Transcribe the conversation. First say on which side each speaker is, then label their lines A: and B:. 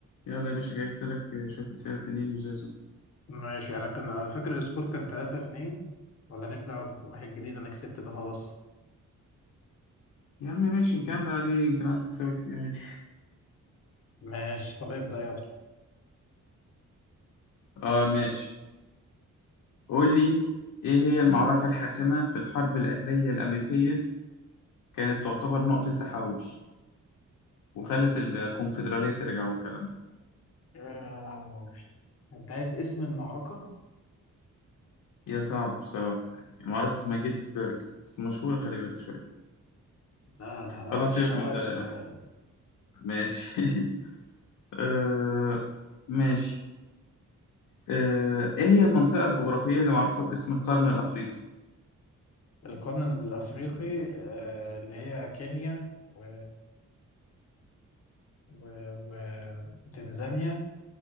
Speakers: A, on the left; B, on the left.
A: يلا يا باشا جايبت لك شوية أسئلة تانيين لزازهم
B: ماشي انا كان انا فاكر السكور كان 3 2 ولا نبدأ واحد جديد انا كسبت ده خلاص
A: يا عم ماشي نكمل عليه يمكن أعرف أكسبك فيه عادي
B: ماشي طب ابدأ يلا
A: <laughs> آه ماشي قول لي إيه هي المعركة الحاسمة في الحرب الأهلية الأمريكية كانت تعتبر نقطة تحول وخلت الكونفدرالية ترجع والكلام ده
B: آه، انت عايز اسم المعركة
A: هي صعبة بصراحة يعني معركة اسمها جيتسبرج بس مشهورة خلي بالك شوية
B: لا لا لا
A: خلاص
B: معلش
A: سيبك
B: غير
A: من ده
B: السؤال
A: ماشي <laughs> آه ماشي آه إيه هي المنطقة الجغرافية اللي معروفة باسم القرن الأفريقي
B: القرن الافريقي آه، اللي هي كينيا و... و... و... وتنزانيا